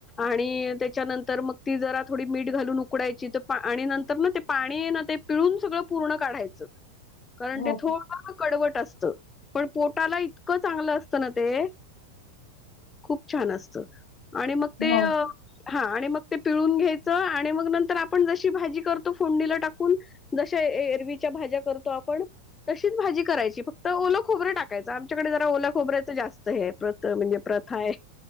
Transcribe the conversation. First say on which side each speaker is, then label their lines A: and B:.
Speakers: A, on the left; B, on the left.
A: आणि त्याच्यानंतर मग ती जरा थोडी मीठ घालून उकडायची, तर आणि नंतर ना ते पाणी ना ते पिळून सगळं पूर्ण काढायचं. कारण
B: हो
A: ते थोडं कडवट असतं, पण पोटाला इतकं चांगलं असत असत ना ते, खूप छान असत, आणि मग ते
B: हो
A: हा,
B: का?
A: आणि मग ते पिळून घ्यायचं, आणि मग नंतर आपण जशी भाजी करतो, फोंडनीला टाकून जशा एरवीच्या भाज्या करतो आपण तशीच भाजी करायची, फक्त ओलं खोबरं टाकायचं, आमच्याकडे जरा ओला खोबर् जास्त हे, प्रथ म्हणजे प्रथा आहे.